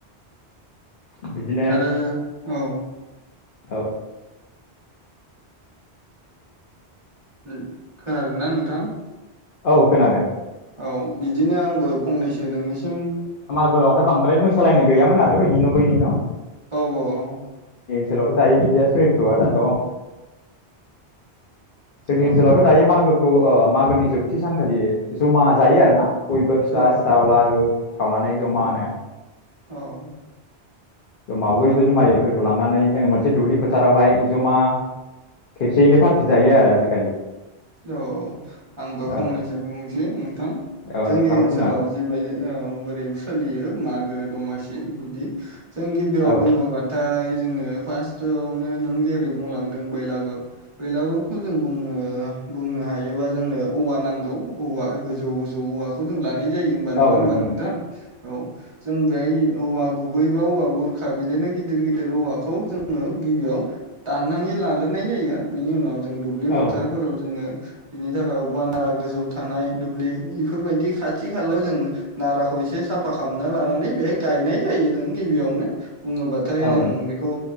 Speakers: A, on the left; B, on the right.
A: बिदिनो
B: आरो औ।
A: औ
B: ओम खोनादोंना नोंथां?
A: औ खोनादों।
B: औ बिदिनो आं बो फंनैसो नोंनिसिम
A: गोआवहाय बांद्राय मोसालायनाय गैयामोन आरो बैनि न' बैनि न'।
B: औ औ
A: सोलावथ' दायो बिदिया सोलिथ'आ दाथ' जोंनि
B: औ
A: ओनसोलावथ' दायो मागो ओ आ मागोनि जोबथि सानखालि ज'मा जायो आरोना। बयबो फिथा
B: औ औ
A: सिथाव, लारु सावनानै ज'मा
B: औ
A: नो।
B: औ
A: मावैबो
B: ओ,
A: जुमायफोर लांनानै जोङो मोनसे दुब्लि फोथारावहाय ज'मा खेबसेयैनो फार्थि जायो आरो आजिकालि।
B: औ आंबो
A: औ
B: फंनैसो बुंनोसै नोंथां।
A: औ
B: जोंनि
A: नोंथाङाबो
B: ओनसोलाव
A: बुंनो हागोन
B: जिबायदि औ बोरै सोलियो माग गो द'मासि बिदि जों गिबियाव
A: औ
B: बुङोबाथाय जोङो फास्टोआवनो नों जेरै बुंलांदों बैलागुर बैलागुरखौ जों बुङो बुंनो हायोबा जोंनो औवा नांगौ औवा गोजौ गोजौ औवाखौ जों ला नाय जायो ओमबा नङा
A: औ
B: ओमबा
A: नंगौ
B: नोंथां, औ जों बेहाय औवा गुबै बा औवा बुरखा बिदिनो गिदिर गिदिर औवाखौ जोङो गिबियाव दाननानै लाग्रोनाय जायो बेनि उनाव जों दुब्लि
A: औ
B: फोथारफोराव ङो बिनि थाखाय अबबा नारा गोजौआव थानाय दुब्लि इफोरबायदि खाथि खालायाव जों नाराखौ इसे साफा खालामना लानानै बेहाय गायनाय जायो जों गिबियावनो। बुङोबाथाय
A: औ
B: जों
A: नंगौ
B: बेखौ